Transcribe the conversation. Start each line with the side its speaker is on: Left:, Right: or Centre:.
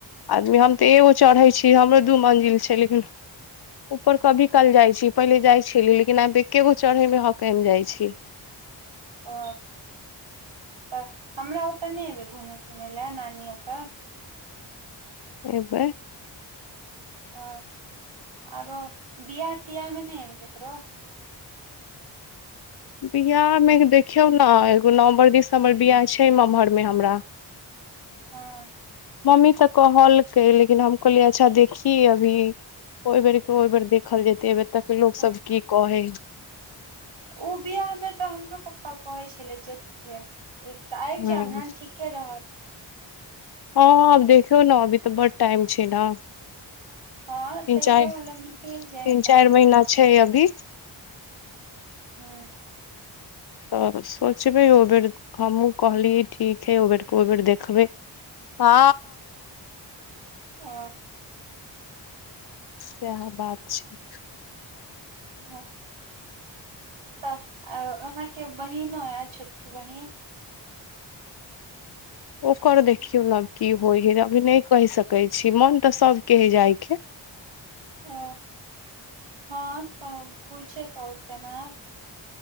Left: आदमी हम तऽ एगो चढ़ै छी हमरो दू मंजिल छैय लेकिन ऊपर कभी कल जाइ छी पहिले जाय छेली लेकिन आब एकेगो चढ़े मे हकम जाइ छी।
Right: ओ त हमरा ओतऽ नहि एबय घुमे तुमे लए नानी ओतऽ।
Left: एबै
Right: अ आरो बियाह तियाहमें नहि एबै केकरो?
Left: बिआहमे देखियौ ने एगो नवम्बर दिसम्बर बिआाह छैय नमहरमे हमरा।
Right: हँ
Left: मम्मीसँ कहलकै लेकिन हम कहलियै अच्छा देखी अभी। ओहि बेर ओहि बेर देखल जेतै। एब तक के लोकोग
Right: तऽ
Left: सब की कहय?
Right: ओ बियाह मे तऽ हमरो पप्पा कहै छलै आबि
Left: ह
Right: जायब ने ठीक के रहत।
Left: हँ अब देखियौ ने अभी तऽ बड टाइम छैय ने।
Right: हँ
Left: तीन
Right: तैयो
Left: चारि
Right: मतलब निकलि जाए
Left: तीन
Right: हय टाइम
Left: चारि
Right: इ
Left: महीना छै अभी
Right: हूँ
Left: तऽ सोचबै ओ बेर हमहुँ कहली ठीक हइ ओ बेर को बेड़ देखबै हँ
Right: ओ
Left: सेहा बात छै
Right: ओ तऽ आहाँ के बहिनो यऽ छोटकी बहिन
Left: ओकर देखियौ न की होय हय अभी नइ कहि सकै छी मन तऽ सबके हइ जाय के
Right: ओ हँ पूछे क ओते न अब